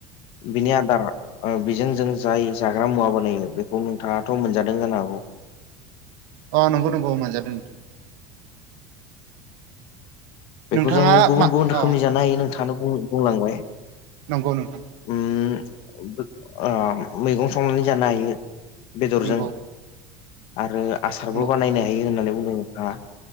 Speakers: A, on the left; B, on the right.
A: बिनि आदार ओ बिजों जों जाय जाग्रा मुवा बानायो बेखौ नोंथाङाथ' मोनजादों जानो हागौ
B: अ नंगौ नंगौ मोनजादों नोंथां
A: बेखो
B: नोंथाङा
A: जों गुबुन
B: मा
A: गुबुन रोखोमनि
B: अ
A: जानो हायो नोंथाङानो बुं बुंलांबाय
B: नंगौ नोंथां।
A: ओम ओ मैगं संनानै जानो हायो बेदरजों
B: नंगौ
A: आरो आसारबो
B: नंगौ
A: बानायनो हायो होननानै बुंदों नोंथाङा।